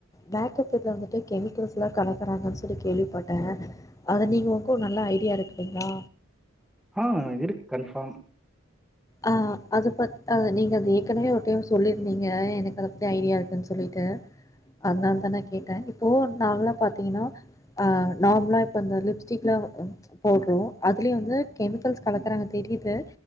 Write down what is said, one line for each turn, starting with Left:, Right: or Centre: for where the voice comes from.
Left: மேக்கப்செட்ல வந்துட்டு கெமிக்கல்ஸ் கலக்கறாங்கன்னு சொல்லி கேள்விப்பட்ட அது நீங்க இங்கு நல்லா ஐடியா இருக்குங்ளா
Centre: ஆஹ் இருக்கு கன்ஃபார்ம்
Left: ஆஹ் அது பத் அது நீங்க அது ஏற்கனவே ஒரு டைம் சொல்லியிருந்தீங்க எனக்கு அது பத்தி ஐடியா இருக்குன்னு சொல்லிட்டு அதனால தா நா கேட்ட இப்போ நால்லா பாத்தீங்கனா அஹ் நார்மலா இப்போ அந்த லிப்ஸ்டிக்லா போட்றே அதுலயு வந்து கெமிக்கல்ஸ் கலக்குறாங்க தெரிது